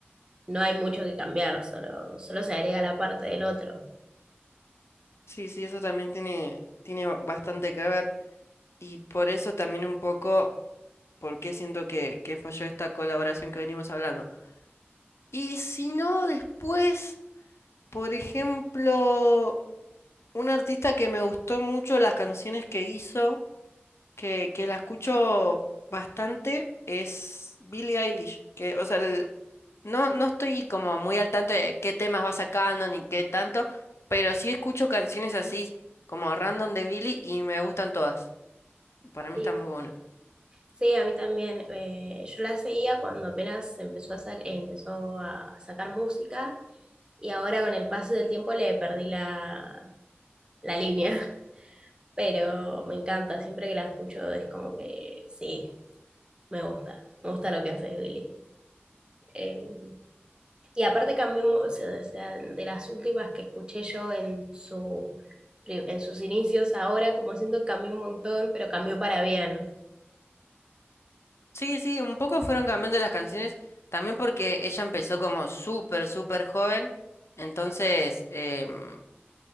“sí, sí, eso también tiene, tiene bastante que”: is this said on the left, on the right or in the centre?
Left